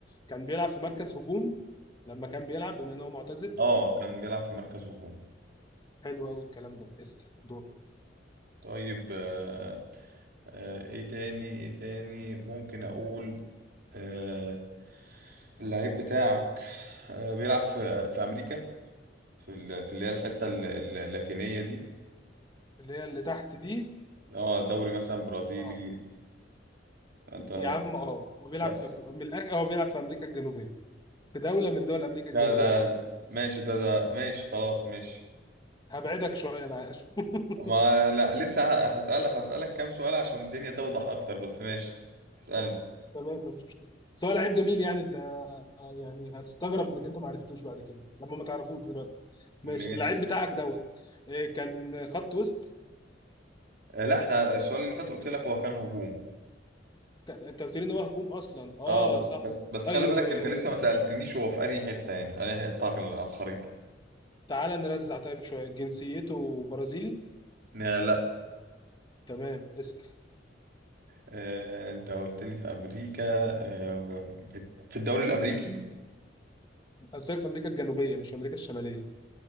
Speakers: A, on the left; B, on the right.
A: كان بيلعب في مركز هجوم لما كان بيلعب بما ان هو معتزل
B: اه كان بيلعب في مركز هجوم
A: حلو قوي الكلام ده اسال دور
B: طيب آه آه ايه تاني ايه تاني ممكن اقول آه اللعيب بتاعك آه بيلعب في في امريكا في ال- في اللي هي الحتة ال- ال- اللاتينية دي
A: اللي هي اللي تحت دي
B: اه دوري مثلا برازيلي
A: اه
B: انت
A: يا عم اه وبيلعب
B: ده
A: في في- من الأخ- هو بيلعب في امريكا الجنوبيه في دوله من دول امريكا الجنوبيه
B: ده, ده
A: حلو
B: ماشي ده ده ماشي خلاص ماشي
A: هبعدك شويه انا عارف <laughs>
B: ما لا لسه ه- هسأل هسألك كام سؤال عشان الدنيا توضح اكتر بس ماشي اسألني
A: تمام مفيش مشكله بس هو لعيب جميل يعني انت يعني هتستغرب انك انت ما عرفتوش بعد كده لما ما تعرفوش دلوقتي ماشي
B: ماشي
A: اللعيب بتاعك دوت آه، كان خط وسط
B: آه، لا احنا السؤال اللي فات قلت لك هو كان هجوم
A: ك- انت قلت لي ان هو هجوم اصلا اه
B: اه بس
A: صح
B: بس بس
A: طيب
B: خلي بالك
A: آه،
B: انت لسه ما سألتنيش هو في انهي حتة يعني في انهي حتة على الخريطة
A: تعالى نرزع طيب شويه جنسيته برازيلي
B: لا لا
A: تمام اسال
B: آه انت قلت لي في امريكا آه بت- في الدوري الامريكي
A: قلت لك في امريكا الجنوبيه مش في امريكا الشماليه